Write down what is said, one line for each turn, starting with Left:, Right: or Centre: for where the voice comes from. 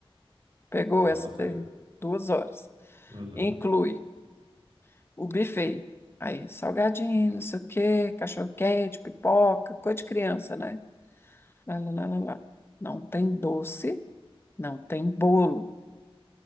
Left: Pegou
Right: Nossa,
Left: essa daí?
Right: né?
Left: Duas horas.
Right: Uhum.
Left: Inclui o buffet. Aí, salgadinho, não sei o quê, cachorro-quente, pipoca, coisa de criança, né? Lá, lá, lá, lá, lá. Não tem doce, não tem bolo.